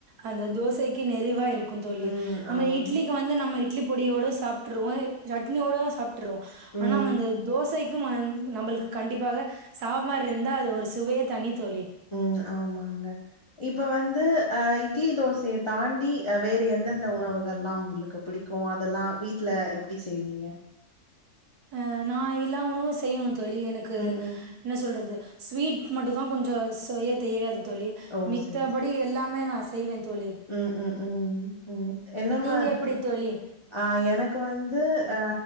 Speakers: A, on the right; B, on the left.
A: அந்த தோசைக்கு நிறைவா இருக் க்கு தோழி
B: ம்.
A: நம்ம
B: ஆமா.
A: இட்லிக்கு வந்து நம்ம இட்லி பொடியோடு சாப்பிட்ருவோ சட்னியோடு சாப்ட் டுரு
B: ம்.
A: ஆனா வந்து தோசைக்கு நம்மளுக்கு கண்டிப்பாக சாப்மாரி இருந்தா அது ஒரு சுவையே தனித்தோழி
B: ம் ஆமாங்க இப்ப வந்து அ இட்லி தோசையை தாண்டி வேற எந்தெந்த உணவுகள்எல்லாம் உங்களுக்கு பிடிக்கு அதெல்லா வீட்ல எப்டி செய்வீங்க
A: அ நா எல்லாம் உணவு செய்யவே தோழி எனக்கு
B: ம். ம்.
A: என்ன சொல்றது ஸ்வீட் மட்டு தா கொஞ்ச செய்ய தெரியாது தோழி
B: ஓ!
A: மித்தபடி
B: சரி, சரி.
A: எல்லாமே நா செய்வே தோழி
B: ம் ம் ம் ம் என்னமாதுர்
A: நீங்க எப்படி தோழி?
B: ஆ எனக்கு வந்து அ